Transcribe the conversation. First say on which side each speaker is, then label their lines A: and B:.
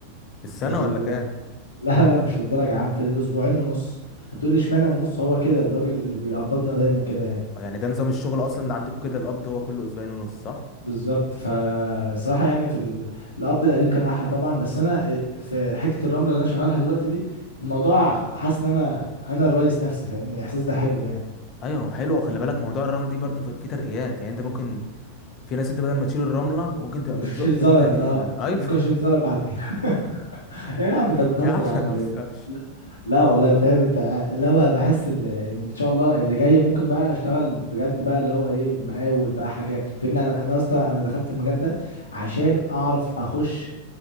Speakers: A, on the left; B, on the left.
A: في السنه
B: ده في
A: ولا
B: ال...
A: كام
B: لا لا مش للدرجة يا عم في الاسبوعين ونص هتقول لي اشمعنى ونص هو كده الراجل اللي بيقبضنا دايما كده يعني
A: آه، يعني ده نظام الشغل اصلا ده عندك كده القبض هو كله اسبوعين ونص صح
B: بالظبط فصراحة يعني في ال... القبض القديم كان احلى طبعا بس انا في حتة الرملة اللي انا شغالها دلوقتي دي الموضوع حاسس ان انا انا الرئيس نفسي فاهمني الاحساس ده حلو يعني
A: ايوه هو حلو خلي بالك موضوع الرمل دي برضه في في ترقيات يعني انت ممكن في ناس انت بدل ما تشيل الرمله
B: م-
A: ممكن تبقى
B: مش
A: بتزق
B: اشيل زلط
A: انت ال...
B: اه
A: ايوه
B: ممكن
A: <laughs>
B: اشيل زلط بعد كده <laughs> يا عم انت بتهزر
A: يا عم
B: يا عم
A: ما تهزرش
B: ولا ايه لا لا والله فاهم انت ع- اللي هو بحس ال- ان ان شاء الله اللي جاي ممكن بقى اشتغل بجد بقى اللي هو ايه مقاول بقى حاجه فاهمني انا انا اصلا انا دخلت المجال ده عشان اعرف اخش